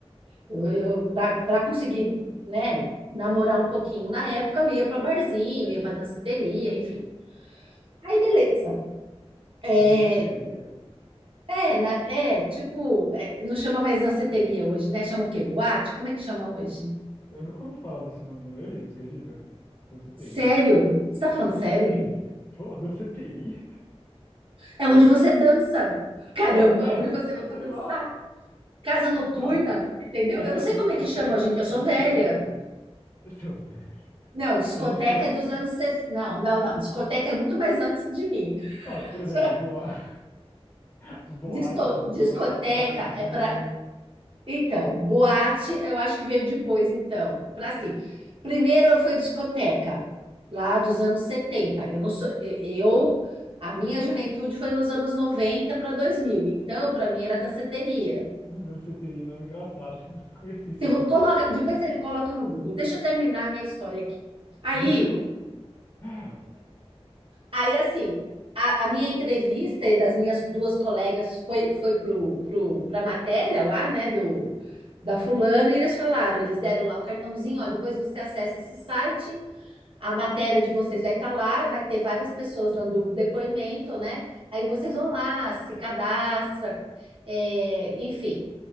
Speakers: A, on the right; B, on the left.
A: Eu, eu para conseguir, né, namorar um pouquinho na época, eu ia para barzinho, ia para danceteria, enfim. Aí, beleza. É,
B: Danceteria?
A: é, na- é tipo, é, não chama mais danceteria hoje, né? Chama o quê? Boate? Como é que chama hoje?
B: Eu nunca ouvi falar desse nome na minha vida, você acredita? Danceteria?
A: Sério? Você tá falando
B: Danceteria?
A: sério?
B: Pô, danceteria?
A: É onde você
B: <laughs>
A: dança. Caramba,
B: Ah, é,
A: onde você
B: eu
A: vai para
B: sei
A: dançar?
B: lá.
A: Casa noturna,
B: Não,
A: entendeu?
B: é
A: Eu
B: tipo
A: não sei
B: discoteca.
A: como é que chama hoje em dia. Eu sou
B: Discoteca.
A: velha.
B: Eu sou velho.
A: Não,
B: <laughs>
A: discoteca
B: É discoteca.
A: é dos anos 60. Não, não, não. Discoteca é muito mais antes de mim. <laughs>
B: Não, por exemplo, boa... <laughs> boate,
A: Disto-
B: eu já ouvi
A: Discoteca
B: falar, barzinho.
A: é para Então, boate, eu acho que veio depois, então, para assim. Primeiro foi discoteca, lá dos anos 70. Eu não sou, e- eu, a minha juventude foi nos anos 90 para 2000. Então, para mim era danceteria.
B: <laughs> Danceteria, nome engraçado. <laughs> Eu não conheci esse
A: Se
B: nome.
A: vo- coloca, depois você coloca no Google. Deixa eu terminar a minha história aqui. Aí,
B: Desculpa. <laughs>
A: aí assim, a, a minha entrevista e das minhas duas colegas foi foi pro, pro para matéria lá, né, da fulano, e eles falaram, eles deram lá o cartãozinho, ó, depois você acessa esse site, a matéria de vocês vai estar lá, vai ter várias pessoas dando depoimento, né? Aí vocês vão lá, se cadastra, é, enfim.